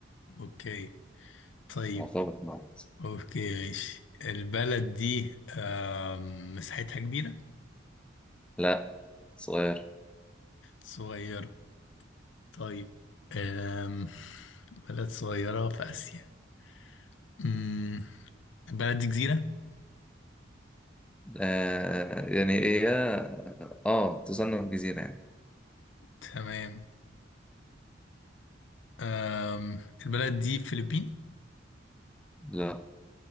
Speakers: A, on the left (about 75°); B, in the centre.
A: اوكي طيب
B: مرتبط بعض
A: اوكي ماشي البلد دي أم. مساحتها كبيرة
B: لا صغير
A: صغيرة طيب أم. بلد صغيرة في آسيا مم. البلد دي جزيرة
B: آه يعني هي اه تصنف جزيرة يعني
A: تمام أم، البلد دي فلبين
B: لا